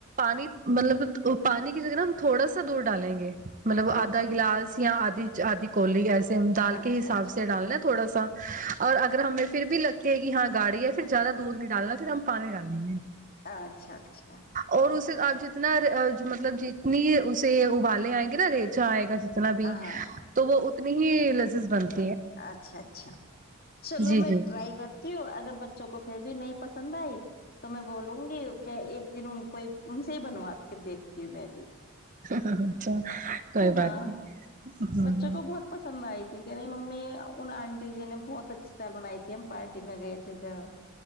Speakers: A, on the right; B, on the left.
A: پانی مطلب پانی کی جگہ نا ہم تھوڑا سا دور ڈالیں گے مطلب آدھا
B: اچھا
A: گلاس یا آدھی آدی کولی ہےس دال
B: اچھا
A: کے حساب
B: اچھا
A: سے ڈالنا تھوڑا سا اور اگر ہمیں پھر بھی لگ لگے گی ہاں گاڑی ہے پھر زیادہ دودھ نہیں ڈالنا پھر ہم پانی ڈالیں گے
B: <inaudible> اچھا اچھا
A: اور اسے آپ جتنا مطلب جتنی اسے ابالے آئیں گے نا ریچا آئے گا ج اتنا بھی
B: ہاں
A: تو وہ اتنی ہی لزز بنتا
B: اچھا اچھا چلو
A: جی
B: میں
A: جی
B: ٹرائی کر اگر بچوں کو پھر بھی نہیں پسند آئی تو میں بولوں گی کہ ایک دن ان کو ان سے ہی بنوا کے دیکھتی ہوں میں بھی
A: اچھا کوئی بات
B: ہاں
A: نہیں
B: بچوں کو بہت پسند آئی تھی کہ رہی م ان آنٹی جی نے بہت اچھی تال بنائی تھی ہم پارٹی میں گئے تھے جب